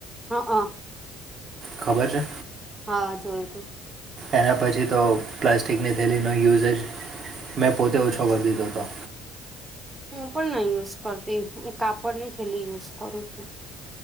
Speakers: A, on the right; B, on the right.
A: હા હ
B: ખબર છે.
A: હા જોયુ તું
B: એના પછી તો પ્લાસ્ટિકની થેલીનો યુઝેજ મેં પોતે ઓછો કરી દીધો હતો.
A: હું પણ નહી યુઝ કરતી હું કાપડ ની થેલી યુઝ કરુ છુ.